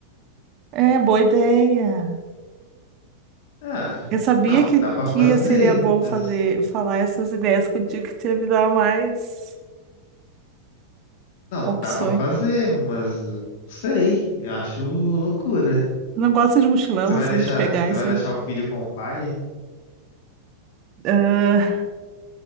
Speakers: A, on the right; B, on the left.
A: É, boa ideia.
B: Ah,
A: Eu sabia
B: não,
A: que,
B: dá pra
A: que
B: fazer,
A: seria bom
B: mas.
A: fazer, falar essas ideias contigo, que tu ia me dar mais
B: Não,
A: opções.
B: dá pra fazer, mas não sei. Eu acho loucura.
A: Não gosto de mochilão,
B: Você vai
A: assim,
B: deixar,
A: de pegar
B: você
A: isso
B: vai
A: aí.
B: deixar o filho com o pai?
A: Ah,